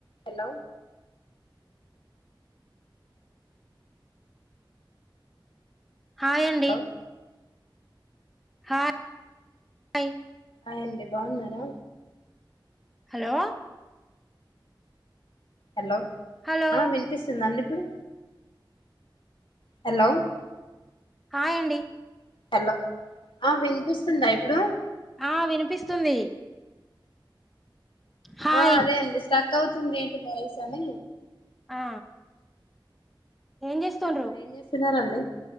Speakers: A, on the left; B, in the centre.
A: హలో
B: హాయండి
A: హలో
B: హాయ్
A: హాయ్ అండి బాగున్నారా
B: హలో
A: హలో
B: హలో
A: ఆ వినిపిస్తుందండి ఇప్పుడు హలో
B: హాయ్ అండి
A: హలో ఆ వినిపిస్తుందా ఇప్పుడు
B: ఆ వినిపిస్తుంది హాయ్
A: హా అదే అండి స్టాఫ్ కట్ అవుతుంది ఏంటి వాయిస్ అని
B: ఆ ఏం చేస్తుండ్రు
A: ఆ ఏం చేస్తున్నారండి